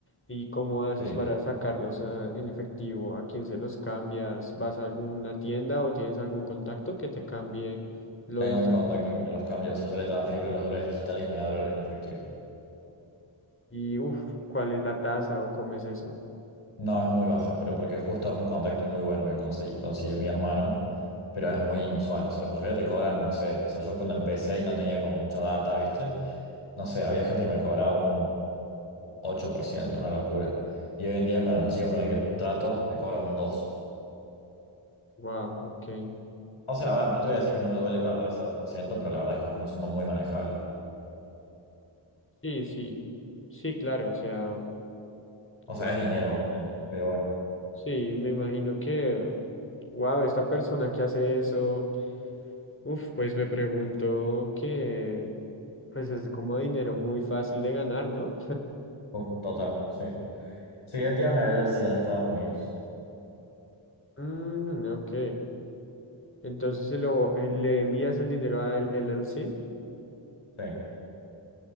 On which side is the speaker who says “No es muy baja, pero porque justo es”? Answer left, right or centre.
Left